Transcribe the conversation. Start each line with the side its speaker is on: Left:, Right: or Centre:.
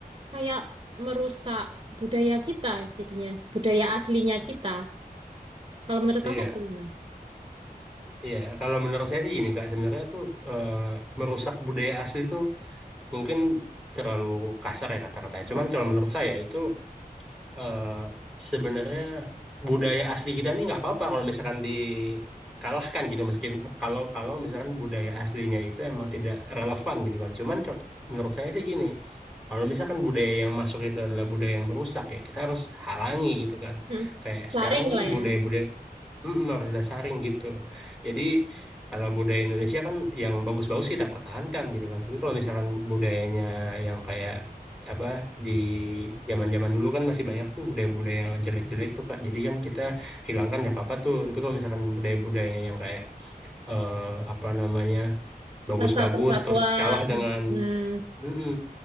Right: Kayak merusak budaya kita jadinya, budaya aslinya kita. Kalau menurut
Centre: Iya.
Right: Kakak gimana?
Centre: Iya, kalau menurut saya sih gini Kak, sebenarnya tuh eh, merusak budaya asli tuh mungkin terlalu kasar ya kata-katanya.
Right: Iya.
Centre: Cuman kalau menurut saya itu eh, sebenarnya budaya asli kita ini nggak apa-apa kalau misalkan dikalahkan gitu meskipun kalau kalau misalkan budaya aslinya itu emang tidak relevan gitu kan. Cuman kalau- menurut saya sih gini, kalau misalkan budaya yang masuk itu adalah budaya yang merusak ya kita harus halangi gitu kan.
Right: Hmm.
Centre: Kayak
Right: Saring
Centre: sekarang kan
Right: lah ya,
Centre: budaya-budaya Mm, harus dasarin gitu. Jadi kalau budaya Indonesia kan yang bagus-bagus kita pertahankan gitu kan. Tapi kalau misalkan budayanya yang kayak apa di zaman-zaman dulu kan masih banyak tuh budaya-budaya yang jelek-jelek tuh Kak. Jadi kan kita hilangkan enggak apa-apa tuh. Tapi kalau misalkan budaya-budayanya yang kayak eh, apa namanya bagus-bagus
Right: rasa persatuan.
Centre: terus kalah dengan
Right: Hmm.
Centre: mm,